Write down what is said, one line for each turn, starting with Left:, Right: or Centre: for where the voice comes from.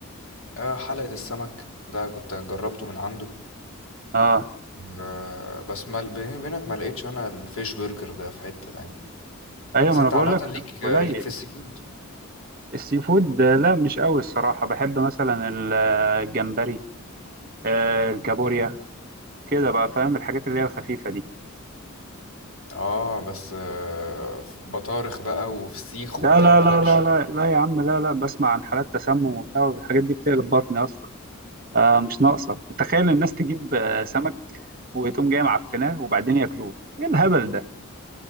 Left: آه، حلقة السمك ده كنت جربته من عنده
Right: اه
Left: آه، بس ما... بيني وبينك ما لقيتش أنا الفيش برجر ده في حتة تانية
Right: ايوه
Left: بس
Right: ما
Left: انت
Right: انا بقول
Left: عامة
Right: لك
Left: ليك
Right: قليل
Left: آه، ليك في السي فود
Right: السي فود آه، لا مش قوي الصراحة بحب مثلا ال- الجمبري آه، الكابوريا كده بقى فاهم الحاجات اللي هي الخفيفة دي
Left: اه بس آه، في بطارخ بقى وفسيخ
Right: لا
Left: وبتاع
Right: لا
Left: مالكش
Right: لا لا لا لا يا عم لا لا بسمع عن حالات تسمم وبتاع الحاجات دي بتقلب بطني أصلا آه مش ناقصة تخيل الناس تجيب آه، سمك وتقوم جاي معفناه وبعدين ياكلوه ايه الهبل ده